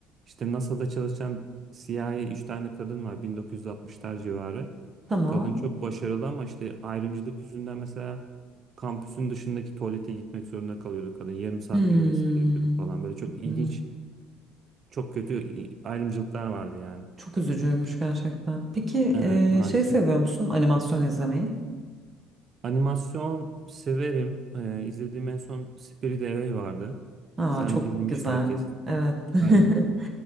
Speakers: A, on the right (about 45°); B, on the right (about 25°).
A: İşte NASA'da çalışan siyahi 3 tane kadın var 1960'lar civarı.
B: <laughs> Tamam.
A: Kadın çok başarılı ama işte ayrımcılık yüzünden mesela kampüsün dışındaki tuvalete gitmek zorunda kalıyordu kadın. Yarım saat
B: Hmm,
A: yürümesi gerekiyordu falan. Böyle çok ilginç,
B: hmm,
A: çok kötü ayrımcılıklar vardı yani.
B: Çok üzücüymüş gerçekten. Peki
A: Evet
B: e,
A: maalesef.
B: şey seviyor musun animasyon izlemeyi?
A: Animasyon severim. Ee, izlediğim en son Spirit Away vardı.
B: Aa,
A: Sen
B: çok
A: izlemişsindir
B: güzel.
A: kesin.
B: Evet. <laughs>
A: Aynen.